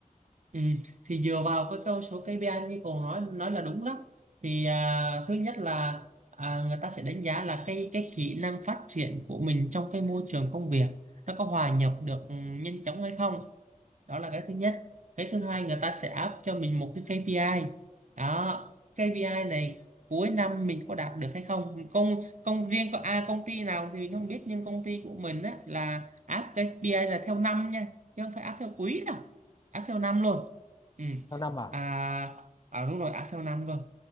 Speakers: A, on the right; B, on the left.
A: Ừ, thì dựa vào cái câu số KPI như cậu nói nói là đúng đó thì à, thứ nhất là à, người ta sẽ đánh giá là cái cái kỹ năng phát triển của mình trong cái môi trường công việc nó có hòa nhập được ừ, nhanh chóng hay không đó là cái thứ nhất cái thứ hai người ta sẽ áp cho mình một cái KPI đó KPI này cuối năm mình có đạt được hay không công công riêng có a công ty nào thì mình không biết nhưng công ty của mình á là áp KPI là theo năm nha chứ không phải áp theo quý đâu áp theo năm luôn ừ.
B: theo năm à
A: à, à đúng rồi áp theo năm luôn